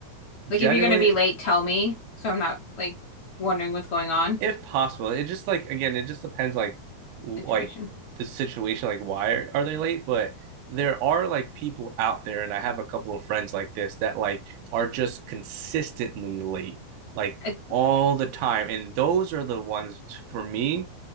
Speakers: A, on the left (about 50°); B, on the right (about 75°).
A: Like
B: generally,
A: if you're gonna be late, tell me so I'm not like wondering what's going on
B: if possible it just like again it just depends like like
A: situation.
B: the situation like why are, are they late but there are like people out there and i have a couple of friends like this that like are just consistently late like
A: I
B: all the time and those are the ones for me